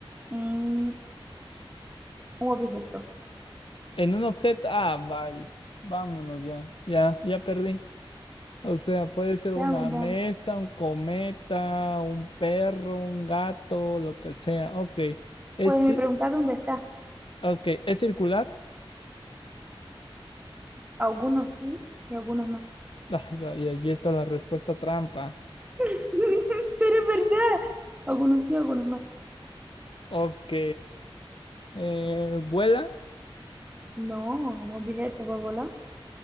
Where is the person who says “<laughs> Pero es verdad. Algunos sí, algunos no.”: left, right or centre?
Right